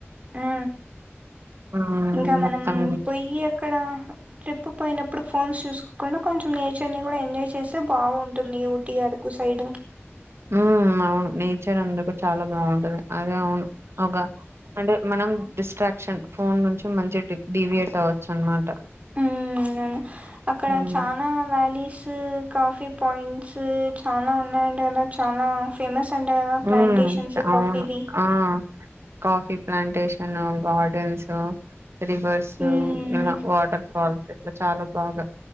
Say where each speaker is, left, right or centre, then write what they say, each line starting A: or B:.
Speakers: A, on the right; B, on the right.
A: ఆ
B: ఉమ్
A: ఇంకా
B: మొత్తం
A: మనం పొయ్యి అక్కడ ట్రిప్ పోయినప్పుడు ఫోన్ చూడకూడా కొంచెం నేచర్ ని కూడా ఎంజాయ్ చేస్తే బాగుంటుంది ఊటీ అరకు పైడ
B: మ్మ్ అవును నేచర్ అందుకు చాలా బాగుంటది అదే అవును ఒగ అంటే మనం డిస్ట్రాక్షన్ ఫోన్ నుంచి మంచి డి డివియేట్ అవ్వచ్చు అనమాట
A: మ్మ్ అక్కడ
B: ఉమ్
A: చానా వ్యాలీస్ తు కాఫీ పాయింట్స్ చాలా ఉన్నాయంట గద చాలా ఫేమస్ అంట కదా
B: హ్మ్
A: ప్లాంటేషన్స్ కాఫీవి
B: అవును ఆ కాఫీ ప్లాంటేషన్ గార్డెన్సు రివర్సు
A: మ్మ్
B: ఇలా వాటర్ ఫాల్స్ చాలా బాగా